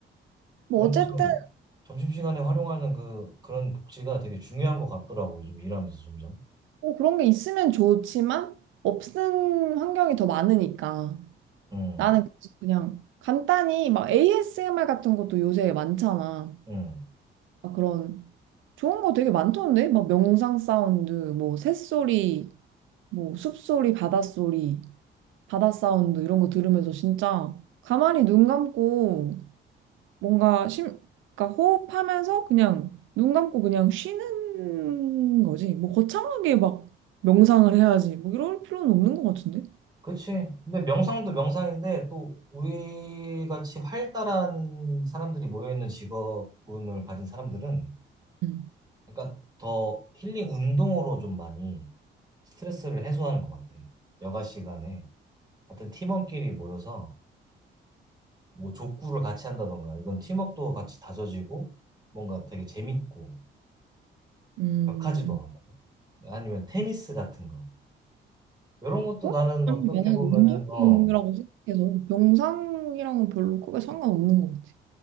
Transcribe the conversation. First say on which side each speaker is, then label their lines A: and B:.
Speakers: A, on the right; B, on the right.
A: 뭐
B: 그런
A: 어쨌든
B: 것처럼 점심시간에 활용하는 그 그런 복지가 되게 중요한 것 같더라고 요즘 일하면서 점점
A: 뭐 그런 게 있으면 좋지만 없는 환경이 더 많으니까.
B: 음,
A: 나는 그래서 그냥 간단히 막 ASMR 같은 것도 요새 많잖아.
B: 음.
A: 막 그런 좋은 거 되게 많던데? 막 명상 사운드, 뭐 새소리, 뭐 숲소리, 바닷소리, 바다 사운드 이런 거 들으면서 진짜 가만히 눈 감고 뭔가 심, 그러니까 호흡하면서 그냥 눈 감고 그냥 쉬는 거지. 뭐 거창하게 막 명상을 해야지. 뭐 이럴 필요는 없는 것 같은데?
B: 그치. 근데 명상도 명상인데 또 우리 같이 활달한 사람들이 모여있는 직업군을 가진 사람들은
A: 음.
B: 그러니까 더 힐링 운동으로 좀 많이 스트레스를 해소하는 것 같아. 여가 시간에 같은 팀원끼리 모여서 뭐 족구를 같이 한다던가 이건 팀워크도 같이 다져지고 뭔가 되게 재밌고
A: 음.
B: 격하지도 않고 아니면 테니스 같은 거. 이런 것도
A: 어?
B: 나는
A: 그냥
B: 어떻게
A: 나는
B: 보면은
A: 운동이라고
B: 어
A: 생각해서 명상이랑은 별로 크게 상관없는 것 같아.